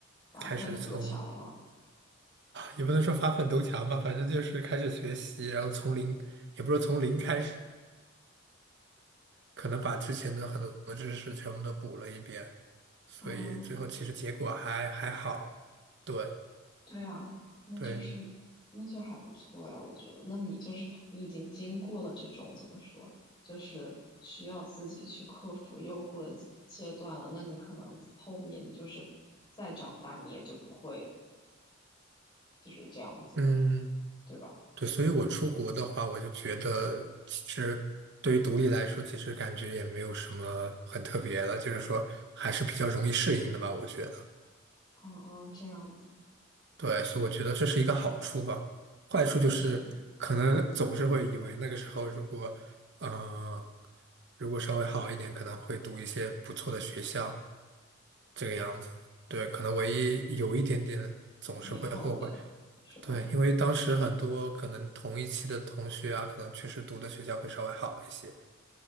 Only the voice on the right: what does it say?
开始从。也不能说发愤图强吧，反正就是开始学习，然后从零，也不是从零开始，可能把之前的很多知识全部都补了一遍，所以最后其实结果还还好。
对
对，
嗯，
对，所以我出国的话，我就觉得其实对于独立来说，其实感觉也没有什么很特别的，就是说还是比较容易适应的吧，我觉得。
对，所以我觉得这是一个好处吧。
坏处就是，
可能总是会以为那个时候如果，嗯，如果稍微好一点，可能会读一些不错的学校，这个样子。对，可能唯一有一点点总是会后悔。
对，因为当时很多可能同一期的同学啊，可能确实读的学校会稍微好一些。